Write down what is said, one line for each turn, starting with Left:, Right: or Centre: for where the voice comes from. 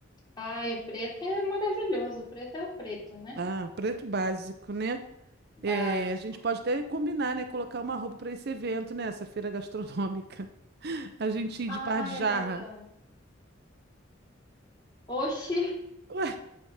Left: Ai, o preto é maravilhoso. O preto é o preto, né?
Right: Ah, preto básico, né? É,
Left: Básico.
Right: a gente pode até combinar, né? Colocar uma roupa para esse evento, né? Essa feira gastronômica. <laughs> A gente ir
Left: Ai,
Right: de par de
Left: é
Right: jarra.
Left: verdade. Oxi,
Right: Ué,